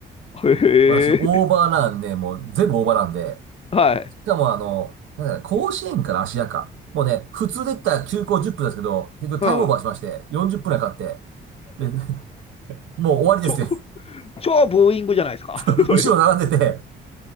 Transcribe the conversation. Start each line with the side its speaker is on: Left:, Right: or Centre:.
Left: へえ。
Right: 私、オーバーランね、もう全部オーバーランで、
Left: はい。
Right: しかもあの、なんだね、甲子園から芦屋か。もうね、普通で言ったら休校10分ですけど、結局タイムオーバーしまして、
Left: うん。
Right: 40分くらいかかって、で、<laughs> もう終わりですよ。
Left: 超、超ブーイングじゃないですか。
Right: <laughs>
Left: <laughs> それ。
Right: 後ろ並んでて。